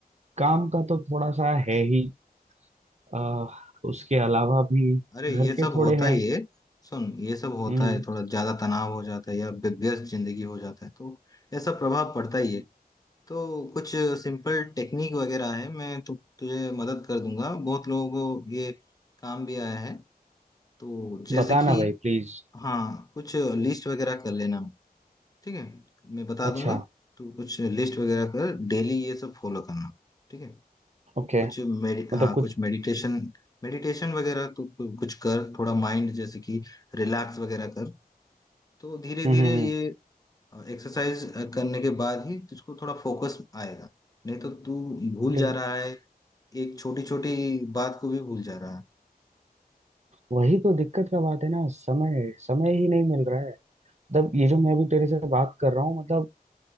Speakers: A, on the right; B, on the left.
A: काम का तो थोड़ा सा है ही अ, उसके अलावा भी
B: अरे
A: घर
B: ये सब
A: के थोड़े
B: होता
A: हैं
B: ही है सुन ये सब होता
A: हम्म
B: है थोड़ा ज्यादा तनाव हो जाता है या व्य- व्यस्त जिंदगी हो जाता है तो ऐसा प्रभाव पड़ता ही है तो कुछ सिंपल टेक्निक वगैरह है मैं तु, तुझे मदद कर दूंगा बहुत लोगों को ये काम भी आया है तो जैसे
A: बताना
B: कि
A: भाई प्लीज
B: हाँ कुछ लिस्ट वगैरह कर लेना ठीक है मैं बता
A: अच्छा
B: दूंगा तो कुछ लिस्ट वगैरह कर डेली ये सब फॉलो करना ठीक है
A: ओके
B: कुछ मेडि
A: मतलब
B: हाँ
A: कुछ
B: कुछ मेडिटेशन मेडिटेशन वगैरह तो कु- कुछ कर थोड़ा माइंड जैसे कि रिलैक्स वगैरह कर तो धीरे
A: हम्म
B: धीरे
A: हम्म
B: ये
A: हम्म,
B: एक्सरसाइज करने के बाद ही तुझको थोड़ा फोकस आएगा नहीं तो तू भूल
A: ठीक
B: जा
A: है।
B: रहा है एक छोटी छोटी बात को भी भूल जा रहा है
A: वही तो दिक्कत का बात है ना समय समय ही नहीं मिल रहा है तब ये जो मैं अभी तेरे से बात कर रहा हूँ मतलब